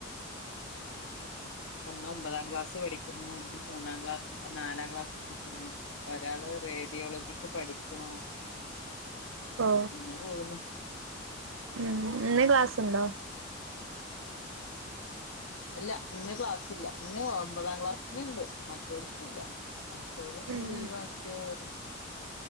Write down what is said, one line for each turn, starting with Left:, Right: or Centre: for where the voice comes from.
Left: ഒന്ന് ഒമ്പതാം ക്ലാസ് പഠിക്കുന്നു ഒന്ന് മൂന്നാം ക്ലാസ് നാലാം ക്ലാസ്സ് പഠിക്കുന്നു ഒരാള് റേഡിയോളജിക്ക് പഠിക്ക്ണ്
Right: ഓ
Left: ങ്ങെ പോകുന്നു
Right: ഉം ഇന്ന് ക്ലാസുണ്ടോ
Left: ഇല്ല ഇന്ന് ക്ലാസ്ല്ല ഇന്ന് ഒമ്പതാം ക്ലാസ്സിന്ണ്ട് മറ്റോൽക്കില്ല മറ്റോള്ള്ന്ന്
Right: ഉം
Left: ലീവാക്കിയത